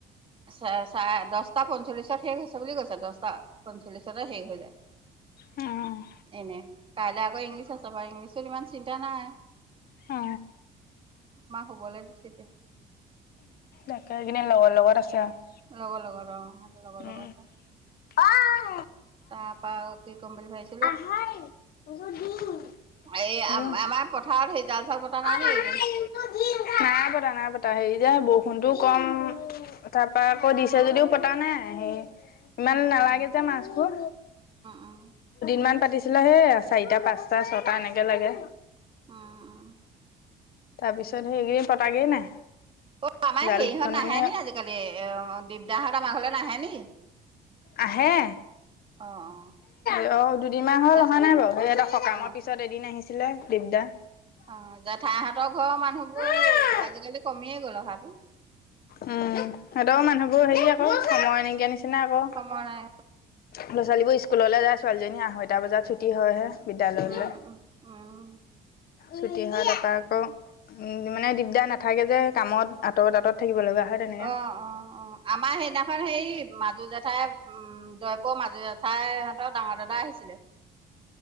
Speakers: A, on the right; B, on the left.
A: <unintelligible> দচটা পঞ্চল্লিশত শেষ হৈছে বুলি কৈছে, দচটা পঞ্চল্লিশতে শেষ হৈ যায়,
B: অ',
A: এনে কাইলৈ আকৌ ইংলিছ আছে বাৰু, ইংলিছত ইমান চিন্তা নাই।
B: অ
A: মা শুবলৈ দিছে তিয়া।
B: তাকে কিনে লগৰ লগত আছে আৰু।
A: লগৰ লগৰ অ স লগৰ
B: উম।
A: লগৰ।
B: অ',
A: তা পা কি কম বুলি ভাইছ।
B: আহাৰ দুদিন।
A: এই
B: হয়
A: আম
B: অ',
A: আমাৰ পথাৰত সেই জাল চাল পতা
B: মাহা
A: নাই নে একদিন।
B: এইটো দিন নাই পতা নাই পতা। হেৰি যে বৰষুণতটো কম তাৰ পৰা আকৌ দিছে যদিও পতা নাই সেই ইমান নালাগে
A: অ উম
B: যে মাছবোৰ।
A: উম
B: ইমান পাতিছিলা সে চাৰিটা পাঁচটা ছটা এনেকে লাগে।
A: উম উম।
B: তাৰ পিছত সেইকেইদিন পতাগেই নাই।
A: অ আমাৰ
B: জাল
A: হেৰিহঁত
B: কেইখন
A: নাহে
B: মানে
A: নি আজিকালি দিগদাহঁত আমাৰ ঘলে নাহে নি।
B: আহে।
A: অ অ
B: ু অ দুদিন মাহ হল
A: জা
B: অহা নাই বাৰু সিহতৰ সকামৰ
A: অ
B: পিছত এদিন আহিছে। লে দিগদা।
A: অ জেঠাইহঁতৰ ঘৰৰ মানুহবোৰ
B: সিহঁতৰ
A: আজিকালি কমিয়েই গ'ল অহাতো।
B: উম, সিহঁতৰ মানুহবোৰ হেৰি আকৌ সময় নকিয়া নিচিনা। চনে আকৌ,
A: সময় নাই
B: ল'ৰা ছোৱালীবোৰ স্কুললৈ যায় ছোৱালীজনী আঢ়ৈটা বজাত ছুটী হয়হে। বিদ্যালয়লৈ।
A: উম উম উম
B: ছুটি হোৱা তপৰা আকৌ উম মানে দিগদাৰ নাথাকে যে কামত আঁতৰত আঁতৰত। থাকিব লগা হয় তেনেকে
A: অ অ অ আমাৰ সেইদিনাখন হেই মাজু জাঠা উম জয়পুৰৰ মাজু জেঠাই ইহঁতৰ ডাঙৰ দাদা আহিছিলে।